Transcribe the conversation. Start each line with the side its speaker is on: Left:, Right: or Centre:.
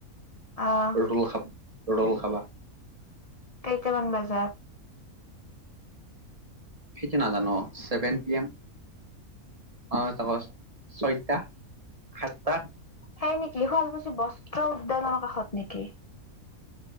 Left: অ'।
Right: ৰল খাব ৰোল খাবা।
Left: কেইত মন বজাৰ?
Right: কেিক নাজানো চছেভেন পি এম। অ', চ ছয়টা সাতটা।
Left: সেই নেকি শুৱালকুছি বস্ত্ৰ উদ্যাননৰ কাষত নেকি?